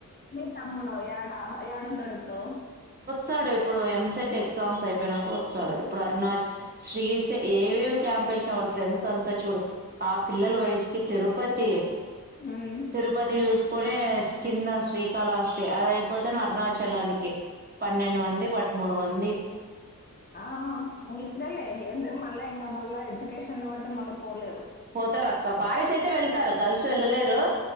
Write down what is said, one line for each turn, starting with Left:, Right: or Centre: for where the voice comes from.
Left: మీ తమ్ముడు యాడా యాడు ఉంటాడు ఇప్పుడు
Right: సాడు ఇప్పుడు ఎంసెట్ ఎగ్జామ్స్ అయిపోయినాక వస్తాడు ఇప్పుడు అరుణాచ శ్రీస్ ఏవే క్యాంప్ వేసినా వాళ్ళ ఫ్రెండ్స్ అంతా చూడు ఆ పిల్లల వయసుకి తిరుపతి
Left: హ్మ్.
Right: తిరుపతి‌ చూస్ <inaudible> కింద శ్రీకాళాస్తి అదియిపోతేనే అరుణాచలానికి పన్నెండు మంది పదమూడు మంది అండి
Left: ఆ ఆ ఇ ఇప్పుడేలే ఎందో మళ్ళ ఇంగ మళ్ళీ ఎడ్యుకేషన్ లో పడితే మళ్ళా పోలేరు
Right: పోతారు అక్క బాయ్స్ అయితే వెళ్తారు గర్ల్స్ వెళ్ళలేరు